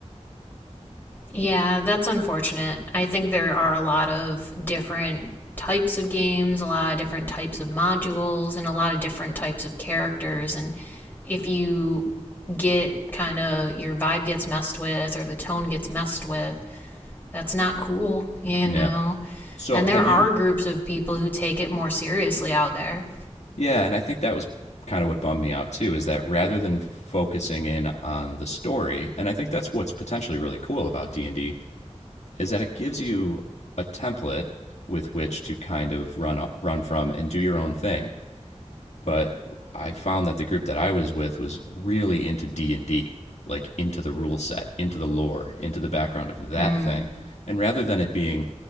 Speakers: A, on the left; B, on the left.
A: Yeah, that's unfortunate. I think there are a lot of different types of games, a lot of different types of modules, and a lot of different types of characters. And if you get kind of your vibe gets messed with or the tone gets messed with, that's not cool, you
B: Yeah.
A: know?
B: So
A: And
B: have
A: there are
B: you?
A: groups of people who take it more seriously out there.
B: Yeah, and I think that was kind of what bummed me out too is that rather than focusing in on the story, and I think that's what's potentially really cool about D and D is that it gives you a template with which to kind of run run from and do your own thing. But I found that the group that I was with was really into D and D, like into the rule set, into the lore, into the background of that
A: Mm.
B: thing. And rather than it being